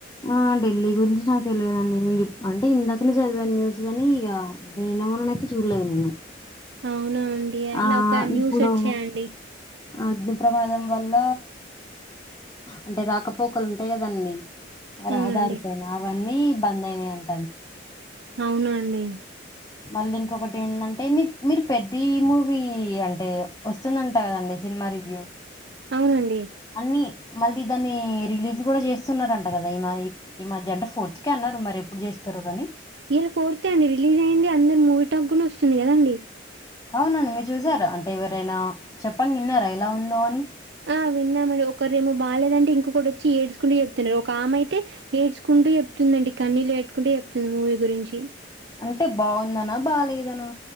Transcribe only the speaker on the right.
అవునండి అలా
ఒక న్యూస్
వచ్చేయండి
అవునండి
అవునండి
అవునండి
ఇయల ఫోర్త్ ఏ అండి రిలీజ్ అయింది అందరు మూవీ టాక్ గూన వస్తుంది కదండి
ఆ విన్నామండి ఒకరుేమో బాగాలేదంటే ఇంకొకడోచ్చి ఏడ్చుకుంటూ చెప్తున్నారు ఒక ఆమె అయితే ఏడ్చుకుం కుంట చెప్తుందండి కన్నీలు వెటుకుంట చెప్తుంది మూవీ గురించి